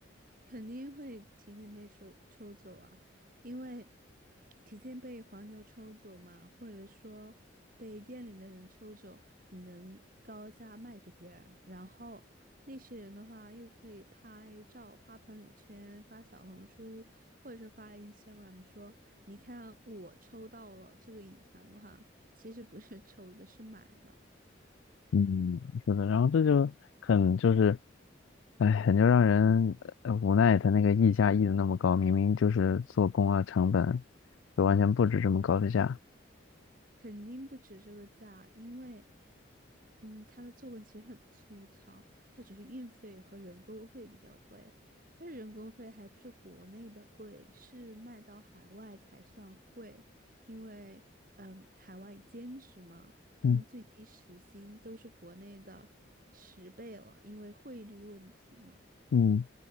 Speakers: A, on the right; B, on the left.
A: 肯定会提前被收抽走啊，因为提前被黄牛抽走嘛，或者说被店里的人抽走，能高价卖给别人，然后那些人的话又可以拍照发朋友圈、发小红书，或者是发 Instagram 说，你看我抽到了这个隐藏款，其实不是抽的，是买的，
B: 嗯，是的，然后这就很就是，哎，很就让人呃无奈，他那个溢价溢的那么高，明明就是做工啊成本，就完全不止这么高的价。
A: 肯定不止这个价，因为。嗯，它的作文其实很粗糙，它只是运费和人工费比较贵。它的人工费还不是国内的贵，是卖到海外才算贵，因为嗯，海外兼职嘛，他们最低时薪都是国内的十倍了，
B: 嗯
A: 因为汇率问题嘛。
B: 嗯，